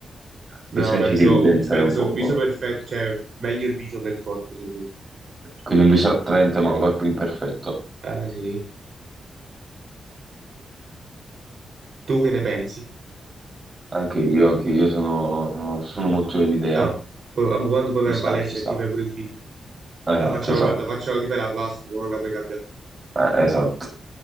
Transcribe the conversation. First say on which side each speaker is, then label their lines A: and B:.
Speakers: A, on the right (about 20°); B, on the right (about 45°).
A: Questa
B: No, penso
A: ci devi pensare
B: un, penso
A: un poco.
B: un viso perfetto, cioè meglio il viso che il corpo, secondo
A: Quindi un viso attraente ma un corpo imperfetto.
B: me. Eh sì. Tu che ne pensi?
A: Anche io, anche io sono, sono molto dell'idea.
B: No. Poi, vabbè, quando poi vai
A: Ci sta,
B: in palestra
A: ci sta.
B: e ti fai pure il fisico.
A: Esatto,
B: La faccia,
A: esatto.
B: la, la faccia ti fai la plastica, non la puoi cambiare.
A: Eh, esatto.